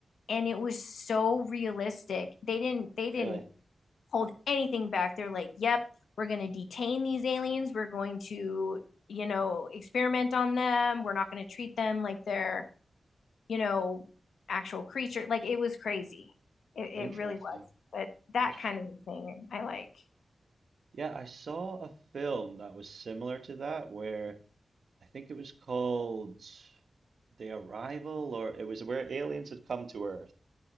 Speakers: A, on the left; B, on the right.
A: And it was so realistic. They didn't they
B: Really?
A: didn't hold anything back. They're like, "Yep, we're going to detain these aliens. We're going to, you know, experiment on them. We're not going to treat them like they're, you know, actual creature." Like it was crazy. It,
B: Interesting.
A: it really was. But that
B: I
A: kind of thing I like.
B: Yeah, I saw a film that was similar to that where I think it was called The Arrival or it was where aliens had come to Earth,